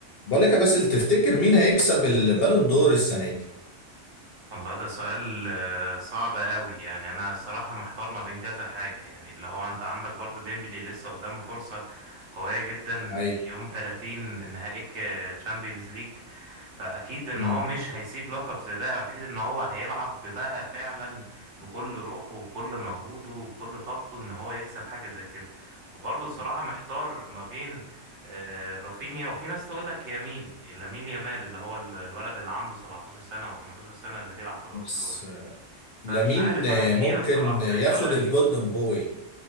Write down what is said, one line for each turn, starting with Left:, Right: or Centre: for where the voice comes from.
Left: بقول لك يا باسل تفتكر مين هيكسب البالون دور السنه دي
Right: والله ده سؤال آه، صعب قوي يعني انا الصراحه محتار ما بين كذا حاجه يعني اللي هو انت عندك برضو ديمبلي لسه قدامه فرصه قويه جدا
Left: ايوه
Right: يوم 30 نهائي تشامبيونز ليج فاكيد ان
Left: مم.
Right: هو مش هيسيب لقب زي ده اكيد ان هو هيلعب بقى فعلا بكل روحه وبكل مجهوده وبكل طاقته ان هو يكسب حاجه زي كده وبرضه الصراحه محتار ما بين آه، رافينيا وفي ناس تقول لك يميل لامين يامال اللي هو ال- الولد اللي عنده 17 سنة او 18 سنة اللي بيلعب في برشلونة
Left: بس آه،
Right: فمش
Left: لامين
Right: عارف
Left: آه،
Right: انا في
Left: ممكن
Right: حيرة الصراحة
Left: ياخد
Right: انت رأيك
Left: الجولدن
Right: إيه؟
Left: بوي